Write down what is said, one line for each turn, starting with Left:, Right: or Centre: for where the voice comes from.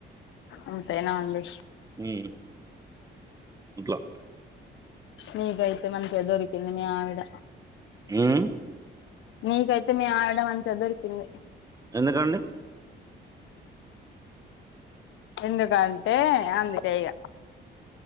Left: అంతేన అండి
Right: హ్మ్. ఇట్లా.
Left: నికైతే మంచిగా దొరికింది మీ ఆవిడ
Right: హ్మ్.
Left: నీకైతే మీ ఆవిడా మంచిగ దొరికింది
Right: ఎందుకండి
Left: ఎందుకంటే అందుకేగ